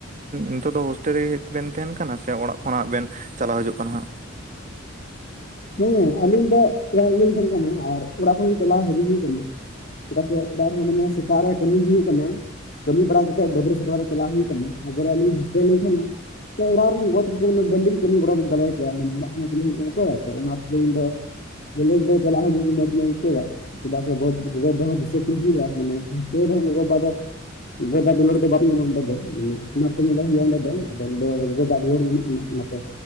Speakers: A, on the right; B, on the left.
A: ᱱᱤᱛᱚᱜ ᱫᱚ ᱦᱳᱥᱴᱮᱞ ᱨᱮ ᱵᱮᱱ ᱛᱟᱦᱮᱱ ᱠᱟᱱᱟ ᱥᱮ ᱚᱲᱟᱜ ᱠᱷᱚᱱᱟᱜ ᱵᱮᱱ ᱪᱟᱞᱟᱣ ᱦᱤᱡᱩᱜ ᱠᱟᱱᱟ ᱦᱟᱸᱜ?
B: ᱦᱮᱸ ᱟᱞᱤᱧ ᱫᱚ ᱚᱲᱟᱜ ᱨᱮ ᱞᱤᱧ ᱛᱟᱦᱮᱸ ᱠᱟᱱᱟ ᱟᱨ ᱚᱲᱟᱜ ᱠᱷᱚᱱᱟᱜ ᱪᱟᱞᱟᱣ ᱦᱤᱡᱩᱜ ᱦᱩᱭᱩᱜ ᱠᱟᱱᱟ᱾ ᱪᱮᱫᱟᱜ ᱥᱮ ᱚᱲᱟᱜ ᱨᱮᱦᱚᱸ ᱢᱟᱱᱮ ᱥᱮᱛᱟᱜ ᱨᱮ ᱠᱟᱹᱢᱤ ᱦᱩᱭᱩᱜ ᱠᱟᱱᱟ᱾ ᱠᱟᱹᱢᱤ ᱵᱟᱲᱟ ᱠᱟᱛᱮᱫ ᱰᱟᱹᱵᱨᱟᱹ ᱥᱟᱯᱷᱟ ᱠᱟᱛᱮ ᱪᱟᱞᱟᱜ ᱦᱩᱭᱩᱜ ᱠᱟᱱᱟ ᱟᱫᱚ ᱟᱹᱞᱤᱧ ᱦᱳᱥᱴᱮᱞ ᱞᱤᱧ ᱛᱟᱦᱮᱸᱱᱟᱼᱼ ᱛᱚ ᱚᱲᱟᱜ ᱨᱮ ᱵᱟᱹᱫᱽ ᱠᱚᱠᱚ ᱢᱟᱱᱮ ᱵᱟᱹᱞᱤᱝ ᱠᱟᱹᱢᱤ ᱠᱚᱲᱟ ᱫᱟᱲᱮᱭᱟ ᱠᱚᱣᱟ ᱢᱟᱱᱮ ᱚᱲᱟᱜ ᱥᱮᱱᱟᱜ ᱠᱟᱹᱢᱤ ᱦᱩᱭᱩᱜ ᱠᱟᱱᱟ ᱛᱚ ᱛᱚ ᱚᱱᱟ ᱛᱮᱜᱮ ᱤᱧᱫᱚ ᱠᱟᱞᱮᱡᱽ ᱫᱚ ᱪᱟᱞᱟᱜ ᱦᱤᱡᱩᱜ ᱜᱮ ᱢᱚᱡᱽᱞᱤᱧ ᱟᱹᱭᱠᱟᱹᱣᱟ᱾ ᱪᱮᱫᱟᱜ ᱥᱮ ᱜᱚ ᱜᱚᱜᱚ ᱵᱟᱵᱟ ᱦᱚᱸ ᱫᱤᱥᱟᱹ ᱠᱤᱱ ᱦᱩᱭᱩᱜᱼᱟ ᱢᱟᱱᱮ ᱦᱩᱥᱟᱹ ᱨᱮ ᱜᱚᱜᱚᱼᱵᱟ ᱫᱚᱼᱼ ᱜᱚᱜᱚ ᱫᱟᱜ ᱫᱩᱞᱟᱹᱲ ᱫᱚ ᱵᱟᱢ ᱧᱟᱢᱚᱜ ᱚᱸᱰᱮ ᱫᱚ ᱜᱚᱜᱚ ᱵᱟᱵᱟ ᱟᱜ ᱫᱩᱞᱟᱹᱲ ᱫᱚ ᱵᱟᱝ ᱧᱟᱢᱚᱜᱼᱟ ᱚᱸᱰᱮ ᱫᱚ ᱢᱟᱱᱮ ᱟᱯᱱᱟᱨ ᱛᱮ ᱧᱮᱞᱚᱜ ᱦᱩᱭᱩᱜᱼᱟ ᱚᱸᱰᱮ ᱫᱚ ᱟᱫᱚ ᱚᱸᱰᱮ ᱜᱚᱜᱚ ᱵᱟ ᱫᱩᱞᱟᱹᱲ ᱧᱟᱢᱚᱜ ᱠᱟᱱᱟ ᱚᱱᱟᱼᱼ